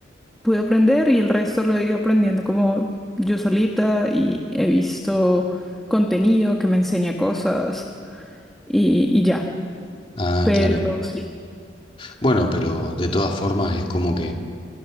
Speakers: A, in the centre; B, on the left (about 30°).
A: pude aprender y el resto lo he ido aprendiendo como yo solita y he visto contenido que me enseña cosas y, y ya.
B: Ah,
A: Pero
B: claro.
A: sí,
B: Bueno, pero de todas formas es como que.